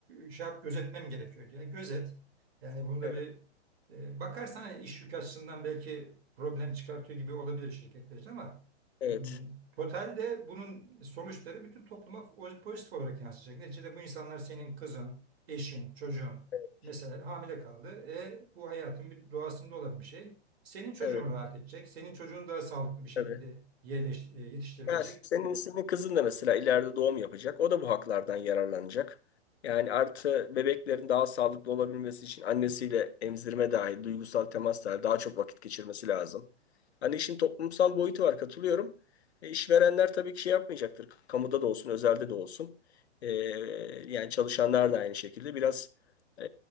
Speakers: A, on the right (about 60°); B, on the left (about 70°).
A: e, şey yap, gözetmem gerekiyor diye. Gözet. Yani bunda
B: Evet.
A: bir e, bakarsan iş yükü açısından belki problem çıkartıyor gibi olabilir şirketler için ama
B: Evet.
A: to- totalde bunun sonuçları bütün topluma o- pozitif olarak yansıyacak. Neticede bu insanlar senin kızın, eşin, çocuğun.
B: Evet.
A: Mesela hamile kaldı. E, bu hayatın bir doğasında olan bir şey. Senin çocuğun
B: Evet.
A: rahat edecek. Senin çocuğun daha sağlıklı bir şekilde
B: Tabii.
A: yerleş, e, yetiştirilecek.
B: Ya senin, senin kızın da mesela ileride doğum yapacak. O da bu haklardan yararlanacak. Yani artı bebeklerin daha sağlıklı olabilmesi için annesiyle emzirme dahil, duygusal temas dahil daha çok vakit geçirmesi lazım. Hani işin toplumsal boyutu var katılıyorum. E, işverenler tabii ki şey yapmayacaktır. Kamuda da olsun, özelde de olsun. E, yani çalışanlar da aynı şekilde biraz e,